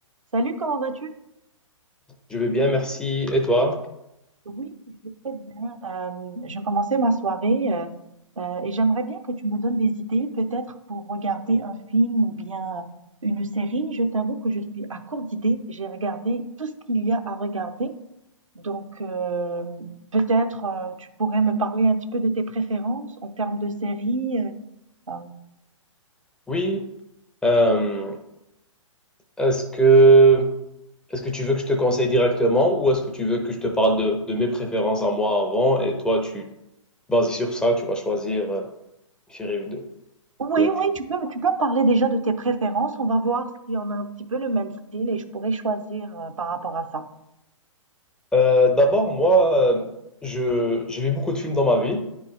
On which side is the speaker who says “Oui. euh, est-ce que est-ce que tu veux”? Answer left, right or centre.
Centre